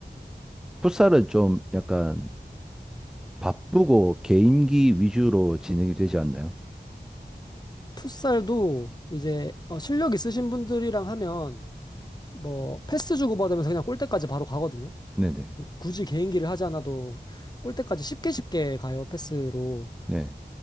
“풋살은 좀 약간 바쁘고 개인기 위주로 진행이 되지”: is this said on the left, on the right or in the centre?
Centre